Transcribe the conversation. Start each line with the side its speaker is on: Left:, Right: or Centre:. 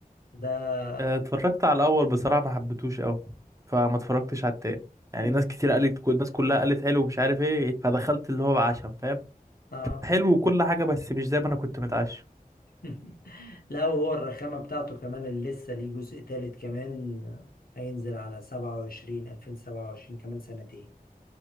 Left: ده
Right: آه، اتفرجت على الاول بصراحه ما حبيتهوش قوي فما اتفرجتش على التاني يعني
Left: مم،
Right: ناس كتير قالت كل الناس كلها قالت حلو ومش عارف ايه فدخلت اللي هو بعشم فاهم
Left: اه
Right: حلو وكل حاجه بس مش زي ما انا كنت متعشم
Left: <laughs> لا هو الرخامة بتاعته كمان اللي لسه ليه جزء تالت كمان آه، هينزل على سبعة وعشرين ألفين سبعة وعشرين كمان سنتين